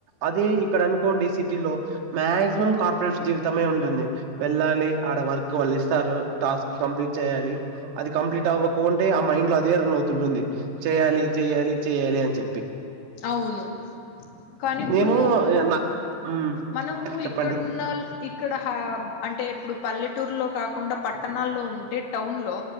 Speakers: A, on the right; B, on the left.
A: అదే ఇక్కడ అనుకోండి సిటీలో మాక్సిమం కార్పొరేషన్ జీవితమే ఉంటుంది వెళ్ళాలి ఆడ వర్క్ వాల్లిస్తారు టాస్క్ కంప్లీట్ చేయాలి అది కంప్లీట్ అవ్వకో కుంటే ఆ మైండ్ లో అదే రన్ అవుతుంటుంది చేయాలి చెయాలి చెయాలి అని చెప్పి
B: అవును కాని ఇప్పుడు
A: నేను
B: ఉ
A: నా మ్మ్
B: మనము
A: చెప్పండి
B: ఇక్కడున్నొల్ ఇక్కడ హా అంటే ఇప్పుడు పల్లెటూరులో కాకుండా పట్టణాల్లో ఉంటే టౌన్ లో